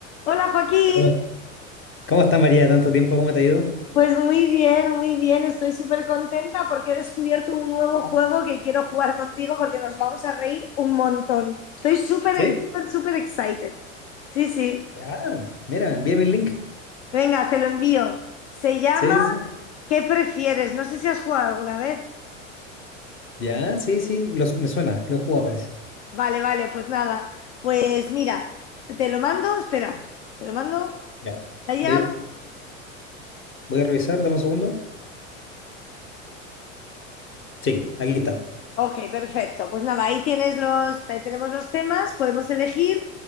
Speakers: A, on the left; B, on the left.
A: Hola Joaquín,
B: ¿Cómo, cómo está María? ¿Tanto tiempo? ¿Cómo te ha ido?
A: pues muy bien, muy bien, estoy súper contenta porque he descubierto un nuevo juego que quiero jugar contigo porque nos vamos a reír un montón. Estoy súper,
B: ¿Sí?
A: súper, súper excited. Sí, sí,
B: Ah, mira, envíame el link.
A: venga, te lo envío. Se llama
B: Sí, sí, sí.
A: ¿Qué prefieres? No sé si has jugado alguna vez.
B: Ya, sí, sí. los- me suena, lo he jugado, parece.
A: Vale, vale, pues nada. Pues mira, te lo mando, espera, te lo mando.
B: Ya.
A: ¿Te ha llegado?
B: Voy, voy a revisar, dame un segundo. Sí, aquí está.
A: Ok, perfecto. Pues nada, ahí tienes los, ahí tenemos los temas, podemos elegir